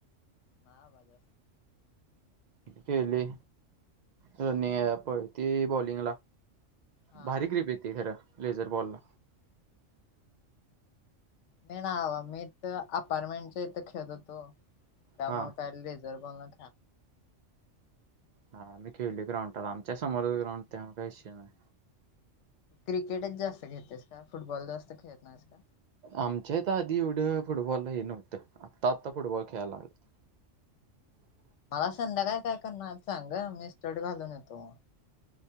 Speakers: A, on the left; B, on the right.
A: नाय अबा <inaudible>
B: केली रनिंग पळती बॉलिंगला.
A: हा
B: भारी ग्रीप येती खरं लेझर बॉलला.
A: नाही ना मी तरअपार्टमेंटच्या इथं खेळत होतो. त्यामुळे
B: हा
A: काय ले लेजर बॉल न
B: हा आम्ही खेळलो ग्राउंडला आमच्या समोरच ग्राउंड आहे त्यामुळे काही विषय नाही.
A: क्रिकेटच जास्त खेळतोस का? फुटबॉल जास्त खेळत नाहीस का?
B: आमच्या इथ आधी एवढं फुटबॉलही हे नव्हतं आत्ता आत्ता फुटबॉल खेळायला लागल्यात. <unintelligible>
A: मला संध्याकाळी काय करणार सांग मी <inaudible> घालून येतो मग.